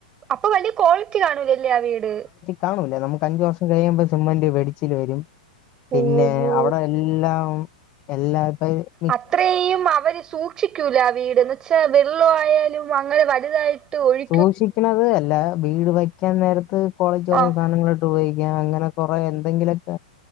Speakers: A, on the right (about 15°); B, on the left (about 25°).
A: അപ്പൊ വലിയ ക്വാളിറ്റി കാണൂലല്ലേ ആഹ് വീട്.
B: കാണൂല്ല നമുക്ക് അഞ്ചു വർഷം കഴിയമ്പോം സിമ്മെന്റ് വെടിച്ചിൽ വരും. പിന്നെ
A: ഓഹോ
B: അവിടെ എല്ലാം എല്ലാ പ അ
A: അത്രെയും അവര് സൂക്ഷിക്കൂല വീട് ന്ന് വച്ചാ വെള്ളോ ആയാലും അങ്ങനെ വ ലുതായിട്ട് ഒഴി
B: സൂക്ഷിക്കണന്നത് അല്ല വീട് വയ്ക്കാൻ നേരത്ത് ക്വാളിറ്റി കൊറഞ്ഞുസാധനങ്ങള്
A: ആഹ്
B: ട്ടു പയോഗിക്കാം അങ്ങനെ കൊറെ എന്തെങ്കിലുഒക്ക